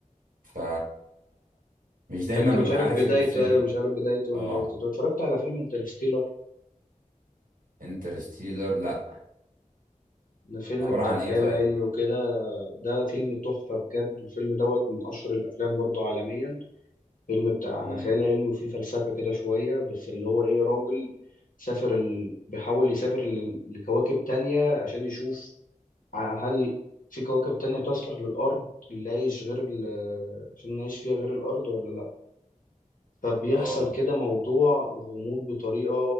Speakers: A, on the right; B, on the left.
A: ف مش دايما
B: فأنت
A: ببقى
B: مش عارف
A: عارف
B: بدايته
A: الفيلم
B: أيوه مش عارف بدايته ونهايته
A: اه
B: طب اتفرجت على فيلم انترستيلر
A: انترستيلر لا
B: ده فيلم
A: عباره
B: بتاع
A: عن
B: خيال
A: ايه طيب
B: علمي وكده ده فيلم تحفة بجد والفيلم دوت من أشهر الأفلام برضو عالميا فيلم بتاع
A: امم
B: على خيال علمي وفيه فلسفة كده شوية بس اللي هو إيه راجل سافر ال... بيحاول يسافر ل... لكواكب تانية عشان يشوف ع- هل في كواكب تانية تصلح للأرض اللي عايش غير ال... عشان نعيش فيها غير الأرض ولا لأ فبيحصل
A: اه
B: كده موضوع غموض بطريقة